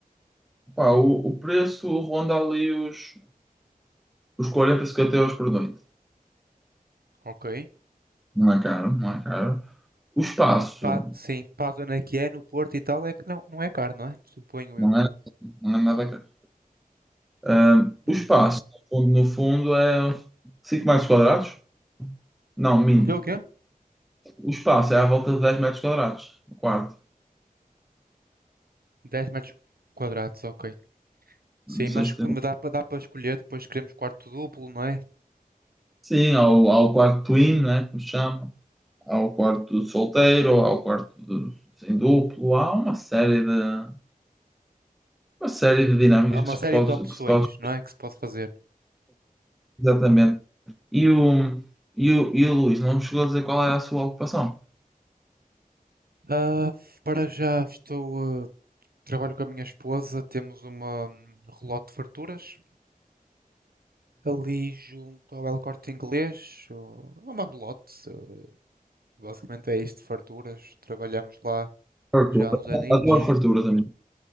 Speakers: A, in the centre; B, on the right.
A: Pá, o, o preço ronda ali os, os 40, 50 euros por noite.
B: Ok.
A: Não é caro, não é caro. O espaço
B: Pá, sim, para a zona que é, no Porto e tal, é que não, não é caro, não é? Suponho
A: não
B: eu.
A: é, não é nada caro. Ah,
B: Uhum.
A: o espaço, no fundo, no fundo é 5 metros quadrados? Não, minto.
B: O quê, o quê?
A: O espaço é à volta de 10 metros quadrados, o quarto.
B: 10 metros quadrados, ok. Sim,
A: Não sei
B: mas
A: se
B: que
A: tem...
B: me dá para dá para escolher, depois queremos quarto duplo, não é?
A: Sim, há o, há o quarto twin, né, como se chama. Há o quarto solteiro, há o quarto do- em duplo. Há uma série de, uma série de dinâmicas
B: Há uma série
A: que se pode,
B: de opções,
A: que se pode...
B: não é? Que se pode fazer.
A: Exatamente. E o, e o, e o Luís não me chegou a dizer qual era a sua ocupação.
B: Ah, para já estou, ah, trabalho com a minha esposa, temos uma hum, relote de farturas, ali junto ao El Corte Inglês, ou ao Marlotte, eh, basicamente é isto, farturas, trabalhamos lá
A: Fartura.
B: já há uns anitos.
A: Adoro farturas, amigo.